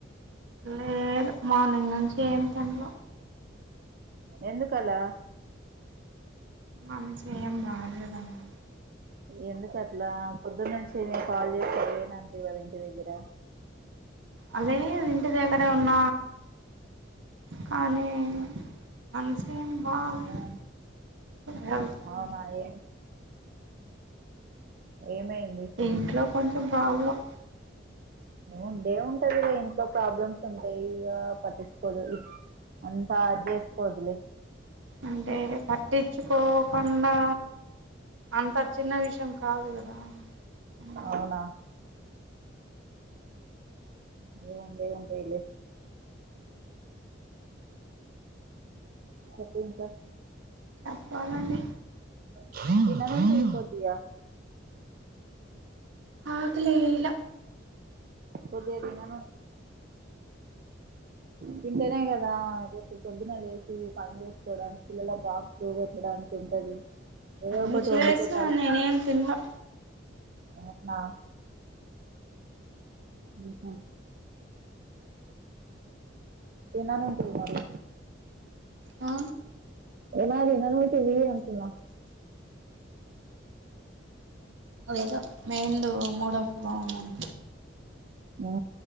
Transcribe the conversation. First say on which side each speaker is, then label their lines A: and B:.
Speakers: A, on the right; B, on the right.
A: లేదు మార్నింగ్ నుంచి ఏం తిన్ల
B: ఎందుకలా
A: మనసేం బాలేదండి
B: ఎందుకు అట్లా పొద్దున్న నుంచి నేను కాల్ చేస్తా లేనన్టివి కదా ఇంటి దగ్గర
A: అదే ఇంటి దగ్గర ఉన్న కానీ మనసేమ్ బాలేదు
B: ఆ
A: హెల్త్ కొంచెం
B: అవునా ఏం ఏమైంది
A: ఇంట్లో కొంచెం పాబ్లం
B: ఉండే ఉంటదిగా ఇంట్లో ప్రాబ్లమ్స్ ఉంటాయి ఇగా పట్టిం కొదు అంతా అజేస్కోద్ లే
A: అంటే పట్టించుకో కుండా అంత చిన్న విషయం కాదు కదా అందువల్ల
B: అవునా ఏందే ఉంటె ఉంటాయిలే చెప్పింకా
A: చెప్పాలండి
B: తినకుంటే అయిపోతాయా
A: ఆకలి వేయల్ల
B: కొద్ధిగ తినను తింటేనే కదా రేపు పొద్దున లేచి పని చేసుకోవడానికి పిల్లలకు బాక్ చూపెట్టడానికి ఉంటది ఏదో
A: అన్నీ
B: ఒకటి
A: చేసా
B: వండి పెట్టాలి
A: నేనేం తినలా
B: ఊన్న ఆహ తిన్నానంటివే మరీ
A: ఆ
B: ఏమన్న తినను అంటివి అంటున్నా
A: ఏందో మెయిందు మూడప్ బాగుండాలి
B: ఆ